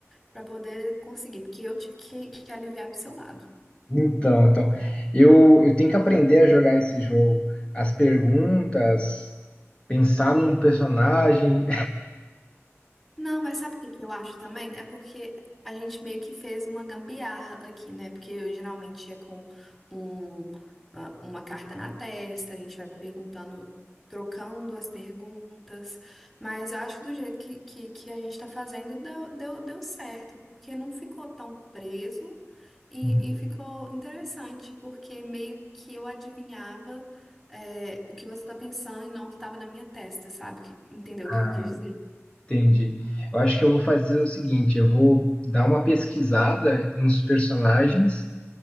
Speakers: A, in the centre; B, on the left.
A: pra poder conseguir, porque eu tive que, que aliviar pro seu lado.
B: Então, então, eu, eu tenho que aprender a jogar esse jogo. As perguntas, pensar num personagem.
A: Não, mas sabe o que que eu acho também? É porque a gente meio que fez uma gambiarra aqui, né? Porque eu geralmente é com um, ah, uma carta na testa, a gente vai perguntando, trocando as perguntas. Mas eu acho que do jeito que, que, que a gente tá fazendo deu, deu, deu certo, porque não ficou tão preso e,
B: <laughs>
A: e ficou interessante, porque meio que eu adivinhava, eh, o que você tá pensando e não o que tava na minha testa, sabe? Que- Entendeu o
B: Ah,
A: que eu quis dizer?
B: entendi. Eu acho que eu vou fazer o seguinte, eu vou dar uma pesquisada nos personagens